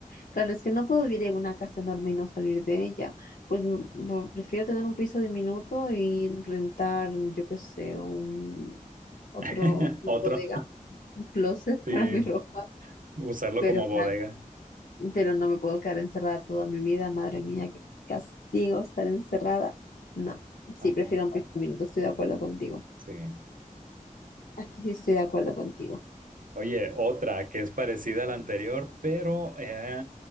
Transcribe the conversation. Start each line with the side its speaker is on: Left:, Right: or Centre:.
Left: Claro, es que no puedo vivir en una casa enorme y no salir de ella. Pues mm, mm, prefiero tener un piso diminuto y rentar, yo qué sé, un otro,
Right: <laughs>
Left: una
Right: Otro.
Left: bodega, un closet
Right: Sí,
Left: <laughs> para mi ropa.
Right: usarlo
Left: Pero
Right: como
Left: claro,
Right: bodega.
Left: pero no me puedo quedar encerrada toda mi vida, madre mía, qué castigo estar encerrada. No, sí,
Right: Ajá,
Left: prefiero un piso diminuto, estoy de acuerdo contigo.
Right: sí.
Left: Aquí sí estoy de acuerdo contigo.
Right: Oye, otra que es parecida a la anterior, pero eh,